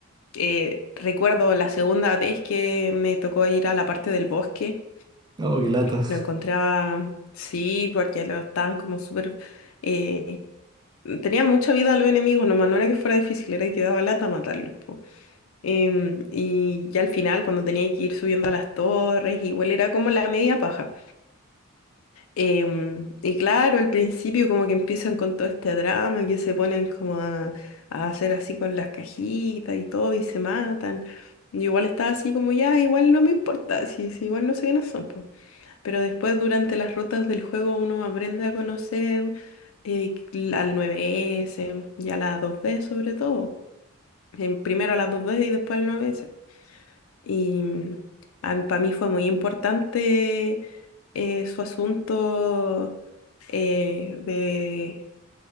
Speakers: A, on the left (about 70°); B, on the right (about 20°).
A: eh, recuerdo la segunda vez que me tocó ir a la parte del bosque,
B: Oh, qué lata.
A: lo encontraba, sí, porque lo estaban como súper... eh, tenía mucha vida a los enemigos, nomás no era que fuera difícil, era que daba lata matarlos. po. Em, y ya al final, cuando tenía que ir subiendo a las torres, igual era como la media paja. Em, y claro, al principio como que empiezan con todo este drama, que se ponen como a, a hacer así con las cajitas y todo y se matan. Yo igual estaba así como ya, igual no me importa, si, si igual no sé quiénes son. po". Pero después durante las rutas del juego uno aprende a conocer eh, al nueve s y a las 2B sobre todo. Em, primero a las dos b y después al nueve s y para mí fue muy importante eh, su asunto eh, de,